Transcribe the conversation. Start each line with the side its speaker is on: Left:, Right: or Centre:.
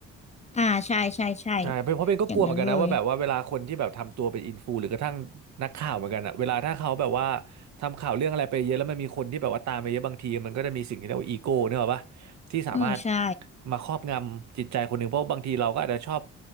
Left: อ่าใช่ใช่ใช่
Right: ใช่เพราะเป็นก็กลัวเหมือนกันนะว่าแบบว่าเวลาคนที่แบบทำตัวเป็นอินฟูหรือกระทั่งนักข่าวเหมือนกันอะเวลาถ้าเขาแบบว่า
Left: อย่างนั้นเลย
Right: ทำข่าวเรื่องอะไรไปเยอะแล้วมันมีคนที่แบบว่าตามไปเยอะบางทีมันก็จะมีสิ่งที่เรียกว่าอีโก้เนี่ยหรอกปะที่สามารถ
Left: อืมใช่
Right: มาครอบงำจิตใจคนหนึ่งเพราะบางทีเราก็อาจจะชอบ